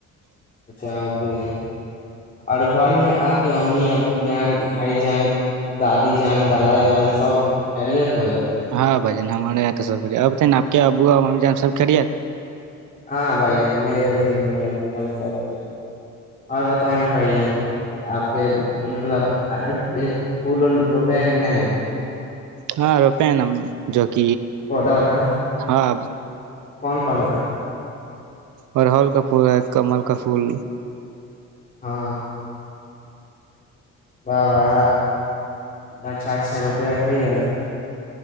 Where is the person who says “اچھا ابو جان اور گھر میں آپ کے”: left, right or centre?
Left